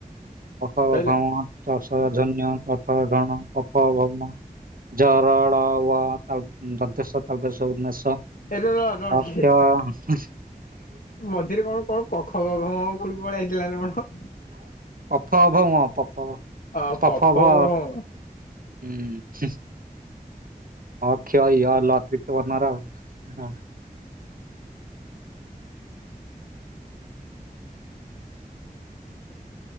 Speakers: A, on the right (about 65°); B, on the left (about 65°).
A: କଫ
B: ସଇଲା
A: ଘମ ଚାଷ ଧନ୍ୟ ଟଠର ଢଣ କଫ ବମ <unintelligible> ଜରଳ ତା ଦନ୍ତ ତାଲେଶ ଉନେଶ <unintelligible>
B: ଏ ର ର ର
A: ଆଛା
B: ଟିକେ
A: <unintelligible>
B: ମଝିରେ କଣ କଣ କ କଖ ଗ ଘ ମ ପୁଣି ପଳେଇଆ ଆଇଥିଲା ନା କଣ?
A: ପାଫ ଭ ପାଫ
B: ଅ
A: ପାଫ
B: ପ ଫ
A: ଭ
B: ମ
A: <unintelligible> ହୁଁ ହ କ୍ଷ ୟ ଲ <unintelligible> ଆଉ।